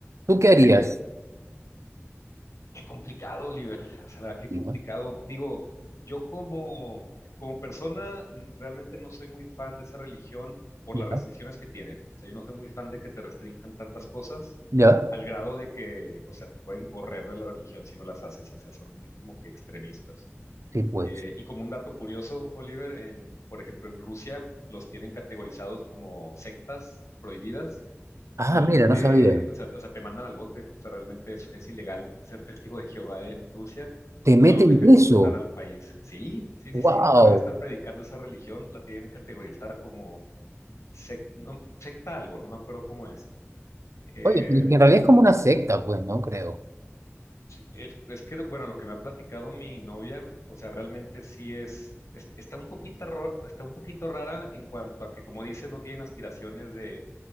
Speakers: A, on the right (about 80°); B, on the left (about 80°).
A: ¿Tú qué
B: eh,
A: harías?
B: Qué complicado, Oliver. O sea, la verdad, qué
A: Digo,
B: complicado. Digo, yo como, como persona n- realmente no soy muy fan de esa religión por
A: ya,
B: las restricciones que tienen. O sea, yo no soy muy fan de que te restrinjan tantas cosas
A: ya.
B: al grado de que, o sea, te pueden correr de la religión si no las haces. O sea, son muy como que extremistas.
A: Sí, pues.
B: Eh, y como un dato curioso, Oliver, en, por ejemplo, en Rusia los tienen categorizados como sectas prohibidas
A: Ah,
B: y
A: mira,
B: te,
A: no sabía.
B: o sea, o sea, te mandan al bote. O sea, realmente es, es ilegal ser testigo de Jehová en Rusia.
A: Te meten
B: No los dejan
A: preso.
B: ni entrar al país. Sí, sí,
A: ¡Wow!
B: sí, sí, no puedes estar predicando esa religión. La tienen categorizada como sec- no, secta algo, no me acuerdo cómo es. Eh,
A: Oye, en realidad es como una secta, pues, ¿no? Creo.
B: es, es que, bueno, lo que me ha platicado mi novia, o sea, realmente sí es, es- está un poquito, ro- está un poquito rara en cuanto a que, como dices, no tienen aspiraciones de